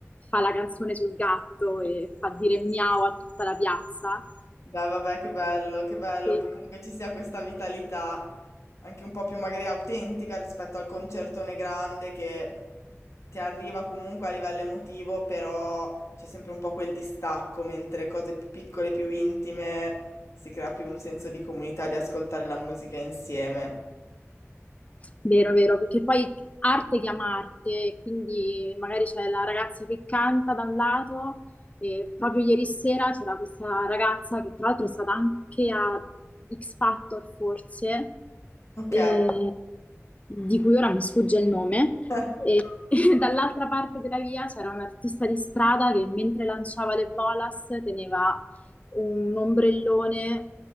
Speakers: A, on the left; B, on the left.
A: fa la canzone sul gatto e fa dire miau a tutta la piazza.
B: Beh, vabbè, che bello, che bello
A: Eh,
B: che comunque ci sia questa vitalità anche un po' più magari autentica rispetto al concertone grande che ti arriva comunque a livello emotivo, però c'è sempre un po' quel distacco, mentre cose più piccole, più intime, si crea più un senso di comunità, di ascoltare la musica insieme.
A: Vero, vero, perché poi arte chiama arte, quindi magari c'è la ragazza che canta da un lato, e proprio ieri sera c'era questa ragazza che tra l'altro è stata anche a X Factor forse,
B: Ok.
A: e- di cui ora mi sfugge il nome,
B: <laughs>
A: <laughs> e dall'altra parte della via c'era un artista di strada che mentre lanciava le bolas teneva un ombrellone